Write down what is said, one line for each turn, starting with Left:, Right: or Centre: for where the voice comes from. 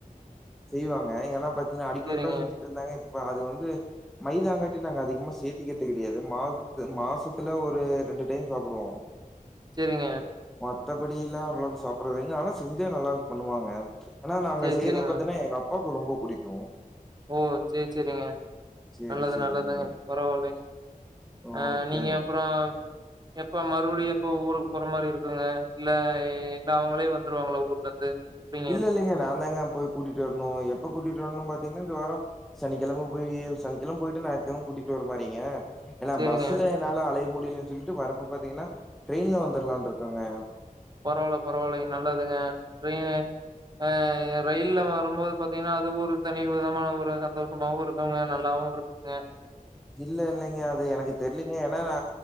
Centre: செய்வாங்க ஏன்னா பாத் இங்க அடிக்க
Right: சரிங்க,
Centre: ஒருக்கா செஞ்சுட்டு இருந்தாங்க இப்ப அது வந்து மைதாங்காட்டி நாங்க அதிகமா சேத்திகுறது கெடையாது மா மாசத்துல ஒரு ரெண்டு டைம் சாப்புடுவோ
Right: சேரிங்க
Centre: மத்தபடில்லா அவ்ளோவு சாப்புட்றதுங்க ஆனா செஞ்சா நல்லா பண்ணுவாங்க ஆனா நாங்க
Right: சரி,
Centre: செய்றது
Right: சரிங்க.
Centre: பத்தீன்னா எங்க அப்பாவுக்கு ரொம்ப புடிக்கு
Right: ஓ சே செரிங்க
Centre: சேரி
Right: நல்லது
Centre: சேரிங்க
Right: நல்லதுங்க பரவாயில்லைங்க
Centre: ஓகேங்க
Right: ஆ நீங்க அப்றோ எப்போ மறுபடியு எப்போ ஊருக்கு போற மாரி இருக்குங்க இல்ல இல்ல அவுங்களே வந்துருவாங்கள ஊர்ல இருந்து எப்டிங்க
Centre: இல்ல இல்லங்க நா தாங்க போய் கூடிட்டி வர்ணு எப்ப கூட்டிட்டு வரணு பாத்தீங்கன்னா இந்த வாரோ சனிக்கிழம போய் சனிக்கிழம் போயிட்டு ஞாயித்கிழம கூட்டிட்டு வர மாறிங்க ஏன்னா
Right: சேரிங்க
Centre: பஸ்சுல என்னால அலைய முடியலன் சொல்ட்டு வரப்ப பாத்தீங்கன்னா ட்ரெயின்ல வந்துரலான் இருக்கங்க
Right: பரவால்ல பரவால்லங்க நல்லதுங்க ட்ரெயினு ஆ ரயில்ல வரும்போது பாத்தீங்னா அது ஒரு தனி விதமான ஒரு சந்தோஷமாவு இருக்குங்க நல்லாவு இரு அ
Centre: இல்ல இல்லைங்க அது எனக்கு தெரிலங்க ஏன்னா நா